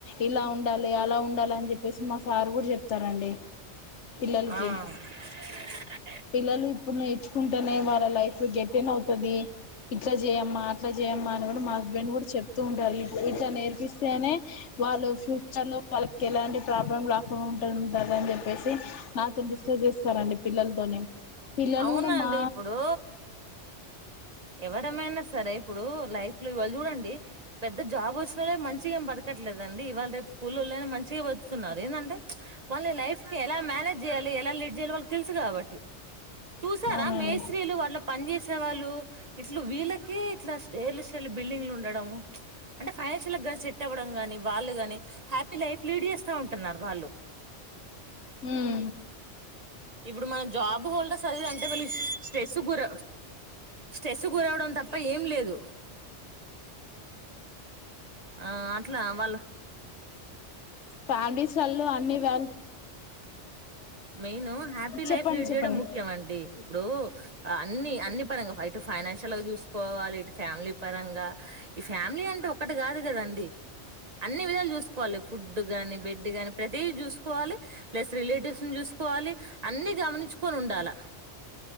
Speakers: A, on the left; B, on the right.
A: ఇలా ఉండాలి అలా ఉండాలి అని చెప్పేసి మ సారు కూడా చెప్తారండి పిల్లలకి
B: ఆ <inaudible>
A: పిల్లలు ఇప్పుడ్ నేర్చుకుంటేనే వాళ్ళ లైఫ్ లో గెట్టిన్ అవుత తభీ ఇట్లా చేయ్యమ్మా అట్లా చెయ్యమ్మా అని కూడా మా హస్బెండ్ కూడా చెప్తూ ఉంటారు. ఇట్ల ఇట్లా నేర్పిస్తేనే వాళ్ళు ఫ్యూచర్ లో వాళ్ళకి ఎలాంటి ప్రాబ్లం రాకుంట ఉంటది అని చెప్పేసి నాతో డిస్కస్ చేస్తారండి పిల్లల్ <unintelligible> పిల్లలు
B: అవునండి
A: కూడా మా
B: ఇప్పుడు ఎవరమైనా సరే ఇప్పుడు లై యిల్లు వళ్ళు చూడండి పెద్ద జాబ్ వచ్చినోళ్లే మంచిగా బతకట్లేదండి ఇవాల్ రేప్ కులోల్లెనా మంచిగా బతున్నారు ఏంటంటే వాళ్ళే లైఫ్ కి ఎలా మేనేజ్ చేయ్యాలి ఎలా లీడ్ చేయాలో వాళ్ళకి తెలుసు కాబట్టి చూసారా
A: అవునండి
B: మేస్త్రీలు వాళ్ళ పని చేేస్ రె వాళ్ళు ఇట్లు వీళ్ళకే ఇట్లా స్టేర్లు స్టెల్లు బిల్డింగ్లు ఉండడము అంటే ఫైనాన్షియల్గా సెట్ అవ్వడం గాని వాళ్ళు గాని హ్యాపీ లైఫ్ లీడ్ చేస్తా ఉంటన్నారు వాళ్ళు
A: ఉమ్
B: ఇబ్బుడు మన జాబ్ హోల్డర్స్ చదివి ఎంత వెలిగిస్ స్ట్రెస్ గుర స్ట్రెస్ గురవడం తప్ప ఏం లేదు ఆ అట్లా వాళ్ళు
A: ఫ్యామిలీస్ వాళ్ళు అన్ని వ్యల్
B: మెయిన్ హ్యాపీ
A: చెప్పండి
B: లైఫ్ లీడ్
A: చెప్పండి
B: చేయడం ముఖ్యం అండి ఇప్పుడు అన్ని అన్ని పరంగా ఇటు ఫైనాన్షియల్ గా చూసుకోవాలి ఇటు ఫ్యామిలీ పరంగ్ గా ఈ ఫ్యామిలీ అంటే ఒకటి కాదు కదండి అన్ని విధాలు చూసుకోవాలి ఫుడ్ గానీ బెడ్ గాని ప్రతి చూసుకోవాలి ప్లస్ రిలేటివ్స్ చూసుకోవాలి అన్ని గమనించుకొని ఉండాల